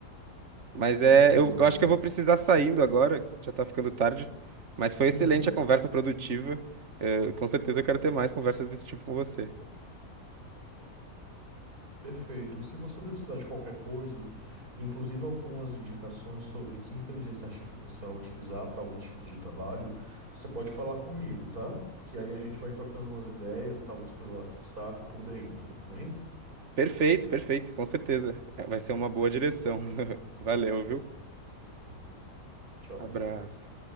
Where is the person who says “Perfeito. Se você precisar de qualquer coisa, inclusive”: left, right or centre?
Right